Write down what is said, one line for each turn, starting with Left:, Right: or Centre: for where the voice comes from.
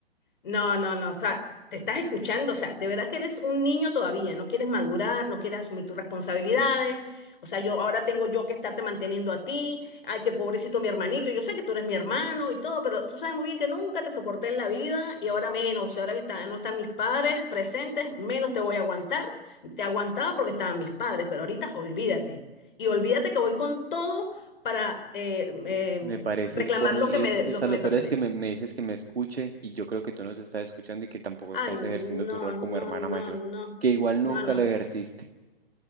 Left: No, no, no, o sea, te estás escuchando, o sea, de verdad que eres un niño todavía, no quieres madurar, no quieres asumir tus responsabilidades, o sea, yo ahora tengo yo que estarte manteniendo a ti, ay, qué pobrecito mi hermanito, yo sé que tú eres mi hermano y todo, pero tú sabes muy bien que nunca te soporté en la vida y ahora menos, y ahora que está- no están mis padres presentes, menos te voy a aguantar, te aguantaba porque estaban mis padres, pero ahorita olvídate, y olvídate que voy con todo para eh, eh,
Right: Me parece
Left: reclamar
Right: el colmo
Left: lo
Right: y
Left: que me,
Right: es-
Left: lo
Right: o sea,
Left: que
Right: lo
Left: me
Right: peor
Left: pertenece.
Right: es que me, me dices que me escuche y yo creo que tú nos estás escuchando y que tampoco
Left: Ay,
Right: estás
Left: no,
Right: ejerciendo tu rol
Left: no,
Right: como hermana
Left: no,
Right: mayor,
Left: no,
Right: que igual
Left: no,
Right: nunca
Left: no.
Right: lo ejerciste.